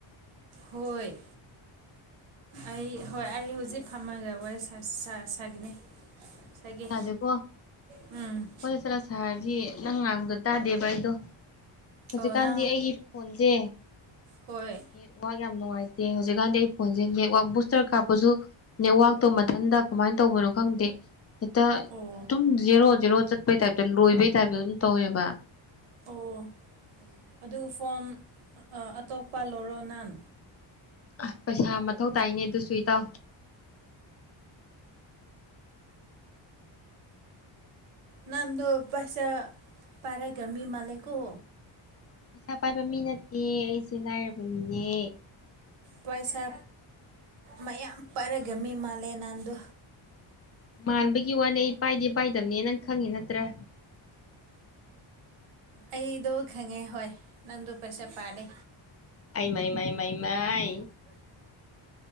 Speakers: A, on the right (about 80°); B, on the left (about 30°).
A: ꯍꯣꯏ ꯑꯩ ꯍꯣꯏ ꯑꯩ ꯍꯧꯖꯤꯛ ꯐꯝꯃꯒ ꯋꯥꯔꯤ ꯁꯥꯒꯅꯤ ꯁꯒꯤꯦ
B: ꯁꯥꯁꯦꯀꯣ
A: ꯎꯝ
B: ꯀꯣꯏꯆꯠ ꯆꯠꯂ ꯁꯥꯔꯗꯤ ꯅꯪ ꯉꯥꯡꯗꯣ ꯇꯥꯗꯦꯕ ꯑꯩꯗꯣ ꯍꯧꯖꯤꯛꯀꯥꯟꯗꯤ
A: ꯑꯣ ꯅꯪ
B: ꯑꯩꯒꯤ ꯐꯣꯟꯁꯦ
A: ꯍꯣꯏ
B: ꯠꯋꯥꯛ ꯌꯥꯝ ꯅꯨꯡꯉꯥꯏꯇꯦ ꯍꯧꯖꯤꯛꯀꯥꯟꯗꯤ ꯑꯩ ꯐꯣꯟꯁꯦ ꯅꯦꯠꯋꯥꯛ ꯕꯨꯁꯇꯔ ꯀꯥꯞꯄꯁꯨ ꯅꯦꯠꯋꯥꯛꯇꯣ ꯃꯊꯟꯇ ꯀꯃꯥꯏꯅ ꯇꯧꯕꯅꯣ ꯈꯪꯗꯦ ꯍꯦꯛꯇ ꯑꯗꯨꯝ
A: ꯑꯣ
B: ꯖꯦꯔꯣ ꯖꯦꯔꯣ ꯆꯠꯄꯩ ꯇꯥꯏꯞꯇ ꯂꯣꯏꯕꯩ ꯇꯥꯏꯞꯇ ꯑꯗꯨꯝ ꯇꯧꯋꯦꯕ
A: ꯑꯣ ꯑꯗꯨ ꯐꯣꯟ ꯑꯇꯣꯞꯄ ꯂꯧꯔꯣ ꯅꯍꯥꯟ
B: ꯑ ꯄꯩꯁꯥ ꯃꯊꯧ ꯇꯥꯏꯅꯦ ꯑꯗꯨꯁꯨ ꯏꯇꯥꯎ
A: ꯅꯪꯗꯨ ꯄꯩꯁꯥ ꯄꯔꯦꯒ ꯃꯤ ꯃꯥ ꯂꯩꯀꯣ
B: ꯏꯁꯥ ꯄꯥꯏꯕ ꯃꯤ ꯅꯠꯇꯦ ꯑꯩꯁꯦ ꯂꯥꯏꯔꯕ ꯃꯤꯅꯦ
A: ꯄꯩꯁꯥ ꯃꯌꯥꯝ ꯄꯥꯏꯔꯒ ꯃꯤ ꯃꯥꯜꯂꯦ ꯅꯍꯥꯟꯗꯣ
B: ꯃꯥꯟꯕꯒꯤ ꯋꯥꯅꯦ ꯑꯩ ꯄꯥꯏꯗꯤ ꯄꯥꯏꯗꯕꯅꯦ ꯅꯪ ꯈꯪꯉꯤ ꯅꯠꯇ꯭ꯔ
A: ꯑꯩꯗꯣ ꯈꯪꯉꯦ ꯍꯣꯏ ꯅꯪꯗꯣ ꯄꯩꯁꯥ ꯄꯥꯢꯔꯦ
B: ꯑꯩ ꯃꯥꯏ ꯃꯥꯏ ꯃꯥꯏ ꯃꯥꯏ